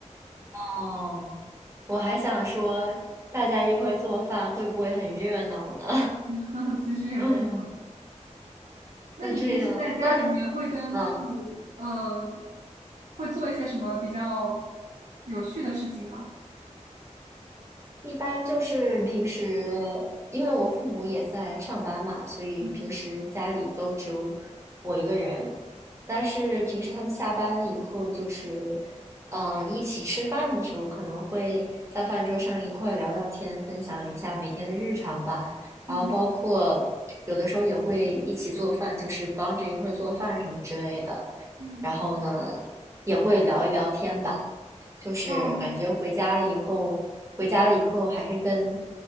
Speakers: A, on the right (about 25°); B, on the right (about 70°).
A: 哦，我还想说，大家一块儿做饭会不会很热闹呢？
B: <laughs> 其实也没有。
A: <laughs> 嗯，
B: 那你平时在家里面会跟父母，
A: 那这样，那那，嗯。
B: 嗯、会做一些什么比较有趣的事情吗？
A: 一般就是平时，因为我父母也在上班嘛，所以平时家里都只有我一个人。
B: 嗯
A: 但是平时他们下班以后，就是嗯，一起吃饭的时候，可能会在饭桌上一块儿聊聊天，分享一下每天的日常吧。然后包括有的时候也会一起做饭，
B: 嗯
A: 就是帮着一块儿做饭什么之类的。
B: 嗯，
A: 然后呢，也会聊一聊天吧。就是感觉回家了以后，
B: 哦。
A: 回家了以后还是跟